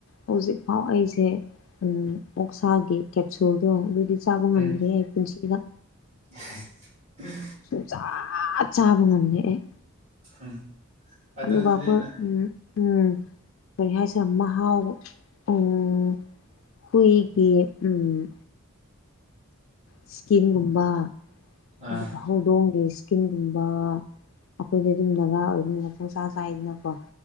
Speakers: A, on the left; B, on the right.
A: ꯍꯧꯖꯤꯛꯐꯥꯎ ꯑꯩꯁꯦ ꯎꯝ ꯑꯣꯛꯁꯥꯒꯤ ꯀꯦꯞꯁꯨꯜꯗꯣ ꯑꯗꯨꯗꯤ ꯆꯥꯕ ꯉꯥꯟꯗ꯭ꯔꯤ
B: ꯎꯝ
A: ꯑꯩ ꯄꯨꯟꯁꯤꯗ
B: <unintelligible>
A: ꯁꯨꯡꯆ ꯆꯕ ꯉꯝꯗꯦ ꯑꯩ
B: ꯎꯝ ꯑꯗꯨꯗꯤ
A: ꯑꯗꯨꯒ ꯑꯩꯈꯣꯏ
B: ꯅꯪ
A: ꯎꯝ ꯎꯝ ꯀꯔꯤ ꯍꯥꯏꯁꯦ ꯃꯥꯍꯥꯎ ꯎꯝ ꯍꯨꯏꯒꯤ ꯎꯝ ꯏꯁꯀꯤꯟꯒꯨꯝꯕ
B: ꯑꯥ
A: ꯑꯗꯨꯒ ꯍꯧꯗꯣꯡꯒꯤ ꯀꯀꯤꯡꯒꯨꯝꯕ ꯑꯩꯈꯣꯏꯗꯤ ꯑꯗꯨꯝ ꯅꯥꯒꯥ ꯑꯣꯏꯅꯤ ꯄꯣꯡꯁꯥ ꯁꯥꯏꯗꯅ ꯀꯣ